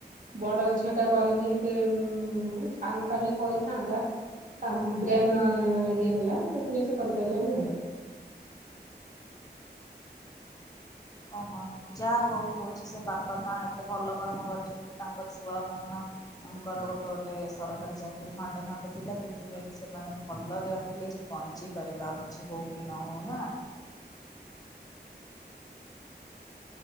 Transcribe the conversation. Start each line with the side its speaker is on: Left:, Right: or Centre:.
Right: ବଡ ଝିଅଟା କରିନି ଏତେ ସାନଟା ବି କରିଥାନ୍ତା। ତା ବ୍ରେନ୍ ଇଏ ହେଲା ତ ସେଥିପାଇଁ ସେ କରି ପାଇଲାନି ଆଉ।
Left: ଓହୋ। ଯାହା ହୋଉ ହୋଉଚି ସେ ବାପା ମା ଏତେ ଭଲ କର୍ମ କରିଚନ୍ତି କି ତାଙ୍କ ଛୁଆ ମାନ ଙ୍କର ଗୋଟେ ଗୋଟେ ସରକାରୀ ଚାକିରୀ ଖଣ୍ଡେ ଖଣ୍ଡେ ଥିଲା। ସେଇଥିପାଇଁ କି ସେମାନେ ଭଲରେ ଆଟଲିଷ୍ଟ ବଞ୍ଚି ପାରିବେ ଆଉ କିଛି ହୋଉ କି ନ ହୋଉ ନା।